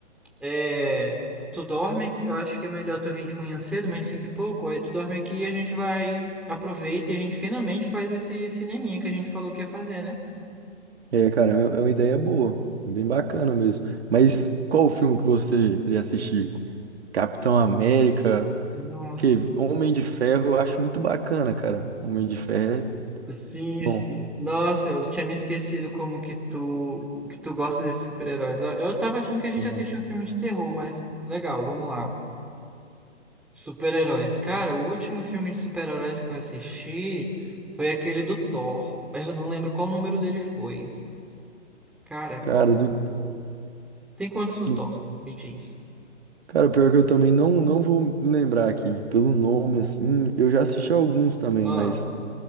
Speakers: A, in the centre; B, on the right (about 60°).
A: é, tu dorme aqui, eu acho que é melhor tu vir de manhã cedo, mais cinco e pouco, aí tu dorme aqui e a gente vai, aproveita e a gente finalmente faz esse cineminha que a gente falou que ia fazer, né?
B: É, cara, é uma é uma ideia boa, bem bacana mesmo. Mas qual o filme que você queria assistir? Capitão América,
A: Nossa,
B: que Homem de Ferro eu acho muito bacana, cara. Homem de Ferro é
A: sim,
B: bom,
A: sim. Nossa, eu tinha me esquecido como que tu, que tu gosta desses super-heróis. Ó, Eu tava achando que a gente
B: eu gosto.
A: assistia um filme de terror, mas legal, vamos lá. Super-heróis. Cara, o último filme de super-heróis que eu assisti foi aquele do Thor. Eu não lembro qual número dele foi. Cara,
B: Cara,
A: qual...
B: do,
A: tem quantos do
B: do...
A: Thor? Me diz.
B: Cara, pior que eu também não, não vou me lembrar aqui, pelo nome, assim, eu já assisti alguns também,
A: Ah,
B: mas